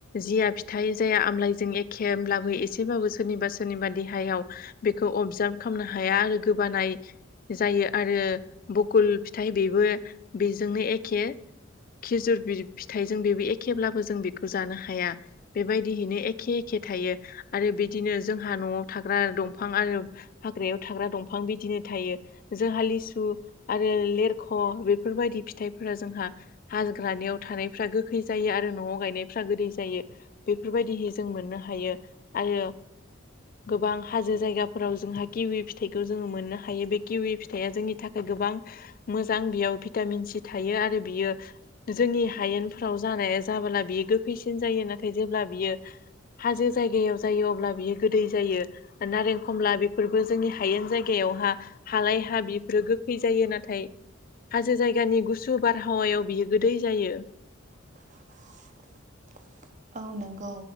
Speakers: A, on the left; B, on the right.
A: जिया फिथाइ जाया आमलााय एखे होनब्लाबो एसेबाबो सोरनिबा सोरनिबा देहायाव बेखौ अबजारब खालामनो हाया आरो बानाय जायो आरो बकुल फिथाइ बेबो बेजोंनो एखे खिजुर बि फिथाइजों बेबो एखेब्लाबो जों बेखौ जानो हा हाया बेबायदिहैनो एखे एखे थायो आरो बिदिनो जोंहा न'आव थाग्रा दंफां आरो <unintelligible> हाग्रायाव थाग्रा दंफां बिदिनो थायो जोंहा लिसु आरो लेरख' बेफोरबायदि फिथाइफोरा जोंहा हाग्रानिाव थानायफ्रा गोखै जायो आरो न'आव गायनायफ्रा गोदै जायो बेफोरबायदिहै जों मोननो हायो आरो गोबां हाजो जायगाफोराव जोंहा किउवि फिथाइखौ जोङो मोननो हायो बे किउवि फिथाइया जोंनि थाखाय गोबां मोजां बेयाव भिटामिन सि थायो आरो बियो जोंनि हायेनफोराव जानाय जाबोला बियो गोखैसिन जायो नाथाय जेब्ला बियो हाजो जायगायाव जायो अब्ला बियो गोदै जायो नारें खमला बेफोरबो जोंनि हायेन जायगायाव याव हा हालाय हा बेफोरो गोखै जायो नाथाय हाजो जायगानि गुसु बारहावायाव बियो गोदै जायो
B: <inaudible> औ नंगौ